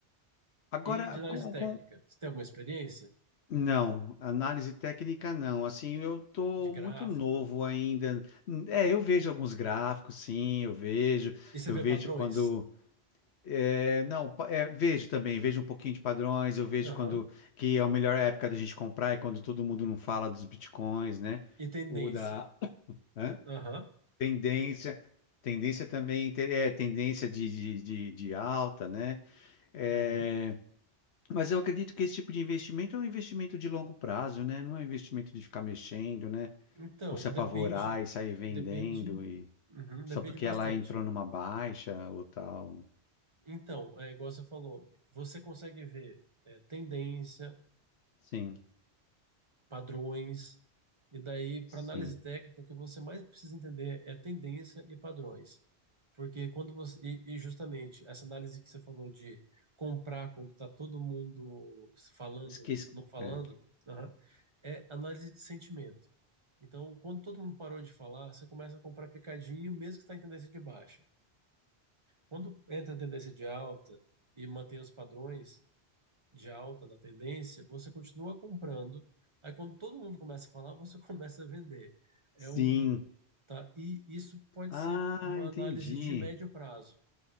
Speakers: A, on the left; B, on the right.
A: Agora,
B: E de análise
A: com,
B: técnica,
A: com...
B: você tem alguma experiência
A: Não, análise técnica não. Assim, eu tô
B: de gráfico?
A: muito novo ainda. É, eu vejo alguns gráficos, sim, eu vejo.
B: E você
A: Eu
B: vê
A: vejo
B: padrões?
A: quando... é, não, pa- é, vejo também, vejo um pouquinho de padrões, eu vejo
B: Aham.
A: quando que é a melhor época da gente comprar é quando todo mundo não fala dos bitcoins, né?
B: E tendência?
A: Ou da... Hã?
B: Aham.
A: Tendência, tendência também, te- é, tendência de, de, de, de alta, né? É,
B: Uhum.
A: mas eu acredito que esse tipo de investimento é um investimento de longo prazo, né? Não é um investimento de ficar mexendo, né?
B: Então,
A: Ou se apavorar
B: depende,
A: e sair vendendo
B: depende,
A: e
B: uhum, depende
A: só porque
B: bastante.
A: ela entrou numa baixa ou tal.
B: Então, é igual você falou, você consegue ver é, tendência,
A: Sim,
B: padrões. E daí, para
A: sim.
B: análise técnica, o que você mais precisa entender é tendência e padrões. Porque quando você. E, e justamente essa análise que você falou de comprar quando está todo mundo falando,
A: Esqueci.
B: não falando,
A: é.
B: aham, é análise de sentimento. Então, quando todo mundo parou de falar, você começa a comprar picadinho, mesmo que está em tendência de baixa. Quando entra em tendência de alta e mantém os padrões, de alta da tendência, você continua comprando. Aí quando todo mundo começa a falar, você <laughs> começa a vender. É
A: Sim.
B: um, tá? E isso pode
A: Ah,
B: ser uma
A: entendi.
B: análise de médio prazo.